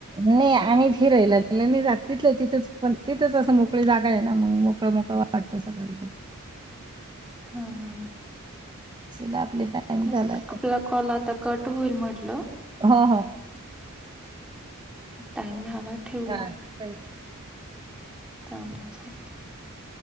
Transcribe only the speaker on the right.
नाही आम्हीच हि राहिला दि जात तिथलं तिथेच पण तिथेच असं मोकळी जागा आहे ना मग मोकळं मोकळ वाटत सगळं एकदम
सिला <inaudible> लय टाईम
झालाय
हो हो
हा चल.